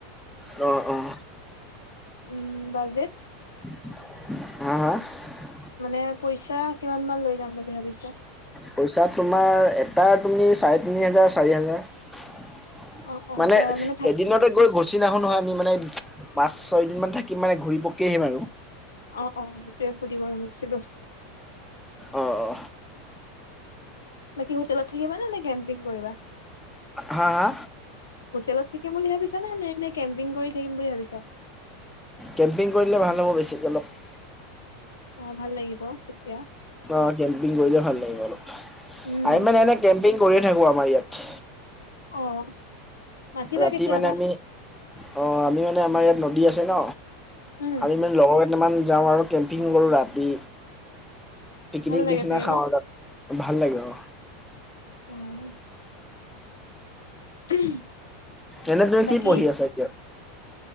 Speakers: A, in the centre; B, on the left.
A: <unintelligible> যোৱা অ',
B: উম, বাজেট
A: <inaudible>
B: মানে, পইচা কিমান মান লৈ যাম বুলি ভাবিছা
A: পইচা তোমাৰ এটা তুমি চাৰে তিনি হাজাৰ চাৰি হাজাৰ
B: অ অ
A: মানে
B: তই থাক
A: এদিনতে গৈ গুচি নাহু নহয় আমি মানে পাঁচ ছয় দিন মান থাকিম মানে ঘূৰি পক আহিম আৰু
B: অ', অ', সেইটোৱে সুধিব খুজিছিলোঁ
A: অ অ
B: বাকী হোটেলত থাকিবা নেনে কেম্পিং কৰিবা
A: হা হা
B: হোটেলত থাকিম বুলি ভাবিছো নে এনে নে কেম্পিং কৰি থাকিম বুলি ভাবিছ
A: কেম্পিং কৰিলে ভাল হ'ব বেছি অলপ
B: অ', ভাল লাগিব তেতিয়া
A: অ কেম্পিং কৰিলে ভাল লাগিব অলপ,
B: উম
A: আৰু মানে এনে কেম্পিং কৰিয়ে থাকো আমাৰ ইয়াত
B: অ', মাতিবা
A: ৰাতি
B: কেতিয়াবা
A: মানে আমি অ', মি মানে আমাৰ ইয়াত নদী আছে ন,
B: উম
A: আমি মানে লগৰ কেইটামান যাওঁ আৰু কেম্পিং কৰো ৰাতি পিকনিক
B: ভাল লাগে
A: নিচিনা
B: চাগে
A: খাওঁ
B: ন
A: আৰু তাত ভাল লাগিব অ',
B: <inaudible> <inaudible>
A: এনে তুম
B: বাকী
A: কি পঢ়ি আছা এতিয়া